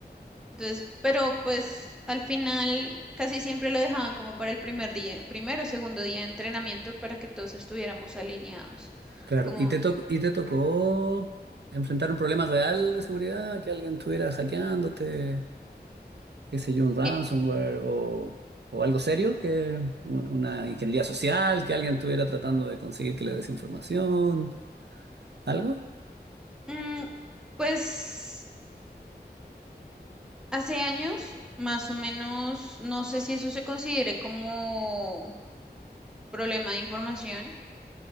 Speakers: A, in the centre; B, on the right.
A: Entonces, pero pues al final casi siempre lo dejaban como para el primer día, primero o segundo día de entrenamiento para que todos estuviéramos alineados.
B: Claro,
A: Como,
B: ¿y te, to y te tocó enfrentar un problema real de seguridad? ¿Que alguien estuviera hackeándote, qué sé yo, un ransomware
A: eh,
B: o, o algo serio? ¿Que un- una ingeniería social? ¿Que alguien estuviera tratando de conseguir que le des información? ¿Algo?
A: mm, pues hace años, más o menos, no sé si eso se considere como problema de información,